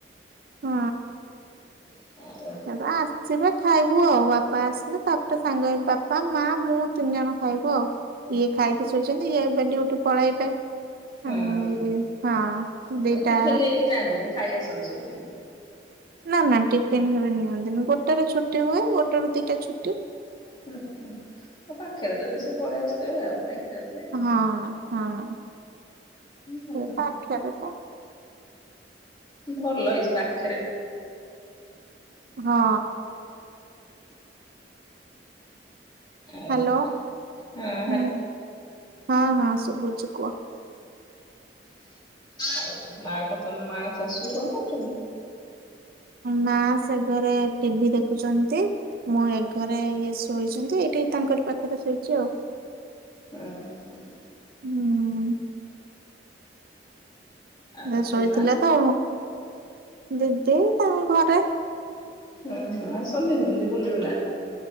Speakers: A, on the right; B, on the left.
A: ହଁ,
B: ଆଉ
A: ସେଗୁଡା ଆସିବେ। ଖାଇବୁ ଆଉ ବାପା ଆସିଲେ, ତାପରେ ସାଙ୍ଗ ହେଇ ବାପା ମା ମୁଁ ତିନି ଜଣ ଖାଇବୁ ଆଉ। ଇଏ ଖାଇକି ଶୋଇଛନ୍ତି। ଇଏ ଏବେ ଡ୍ୟୁଟି ପଳେଇବେ।
B: ହୁଁ
A: ଏଇ
B: ହୁଁ।
A: ହଁ ଦିଟା
B: ଟିଫିନ୍ ନେଇକି ଯାଆନ୍ତିନି, ଖାଇ ଆସନ୍ତି ସବୁଦିନେ।
A: ନା ନା, ଟିଫିନ୍ ଫିପିନ୍ ନିଅନ୍ତିନି। ଗୋଟେରେ ଛୁଟି ହୁଏ। ଗୋଟେ ରୁ ଦିଟା ଛୁ
B: ହୁଁ ହୁଁ। ଆଉ ପାଖରେ ଯଦି ସେ ପଳେଇ ଆସିଥିବେ, ଆଉ ଖାଇକି ଯାଉଥିବେ।
A: ହଁ ହଁ।
B: ଭଲ
A: ସେଇ ପାଖେରେ ତ।
B: ଭଲ ହେଇଛି ପାକ୍ଷେରେ
A: ହଁ।
B: ଆଉ
A: ହାଲୋ।
B: ହଁ
A: ହୁଁ। ହଁ ହଁ, ଶୁଭୁଚି କୁହ।
B: ଆଉ ମା ତ ମ ମା ଶାଶୁ କଣ କରୁଛନ୍ତି?
A: ମା ସେ ଘରେ ଟିଭିି ଦେଖୁଛନ୍ତି। ମୁଁ ଏ ଘରେ ଇଏ ଶୋଇଛନ୍ତି। ଏଇଠି ତାଙ୍କରି ପାଖରେ ଶୋଇଛି ଆଉ।
B: ହୁଁ ହଁ।
A: ହୁଁ।
B: ଆଉ
A: ଇଏ ଶୋଇଥିଲେ
B: ସେ ମା
A: ତ, ଦିଦି ତାଙ୍କ ଘରେ।
B: ହୁଁ ହୁଁ ଆସନ୍ତିନି ଏମିତି ବୁଲିବୁଲା?